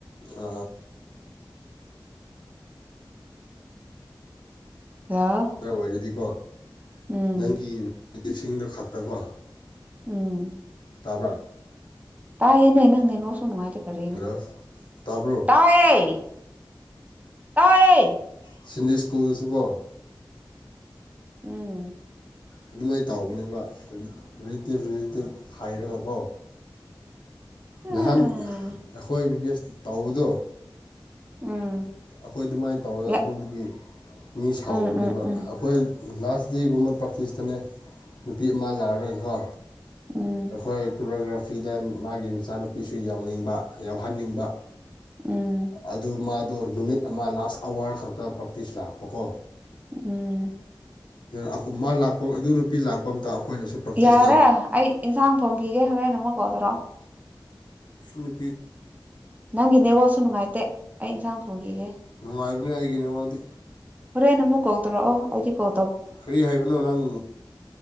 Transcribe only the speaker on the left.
ꯑ
ꯔꯥꯗꯤ ꯋꯥ
ꯅꯪꯒꯤ ꯑꯗꯨꯗꯤ ꯏꯁꯤꯡꯗꯣ ꯈꯛꯇꯀꯣ
ꯇꯥꯕ꯭ꯔꯥ
ꯍꯜꯂꯣ ꯇꯥꯕ꯭ꯔꯣ
ꯁꯤꯟꯗꯤ ꯁ꯭ꯀꯨꯜꯗꯁꯨꯀꯣ
ꯑꯗꯨꯃꯥꯏꯅ ꯇꯧꯒꯅꯦꯕ ꯔꯤꯂꯦꯇꯤꯚ ꯔꯤꯂꯦꯇꯤꯚ ꯍꯥꯏꯔꯒꯀꯣ
ꯅꯍꯥꯟ ꯑꯩꯈꯣꯏ ꯕꯤ ꯚꯁ ꯇꯧꯕꯗꯣ
ꯑꯩꯈꯣꯏ ꯑꯗꯨꯃꯥꯏꯅ ꯇꯧꯋꯦ
ꯑꯗꯨꯒꯤ ꯃꯤ ꯁꯥꯎꯕꯅꯦꯕ
ꯑꯩꯈꯣꯏ ꯂꯥꯁ ꯗꯦꯒꯨꯝꯕ ꯄ꯭ꯔꯥꯛꯛꯇꯤꯁꯇꯅꯦ ꯅꯨꯄꯤ ꯑꯃ ꯂꯥꯛꯑꯔꯒꯀ
ꯑꯩꯈꯣꯏ ꯀꯒ꯭ꯔ ꯐꯤꯗꯦꯟ ꯃꯥꯒꯤꯝꯁ ꯏꯆꯥꯅꯨꯄꯤꯁꯨ ꯌꯥꯎꯅꯤꯡꯕ ꯌꯥꯎꯍꯟꯅꯤꯡꯕ
ꯑꯗꯨ ꯃꯥ ꯑꯗꯣ ꯅꯨꯃꯤꯠ ꯑꯃ ꯂꯥꯁ ꯑꯋꯥꯔ ꯈꯛꯇ ꯄ꯭ꯔꯦꯛꯇꯤꯁ ꯂꯥꯛꯄꯀꯣ
ꯑꯗꯨꯅ ꯃꯥ ꯂꯥꯛꯄ ꯑꯗꯨ ꯅꯨꯄꯤ ꯂꯥꯛꯄ ꯑꯝꯇ ꯑꯩꯈꯣꯏꯅꯁꯨ ꯄ꯭ꯔꯥꯛꯇꯤꯁꯇ
ꯎꯅꯤ
ꯅꯨꯡꯉꯥꯏꯕꯅꯦ ꯑꯩꯒꯤꯅꯦꯕꯗꯤ
ꯀꯔꯤ ꯍꯥꯏꯕꯅꯣ ꯅꯪ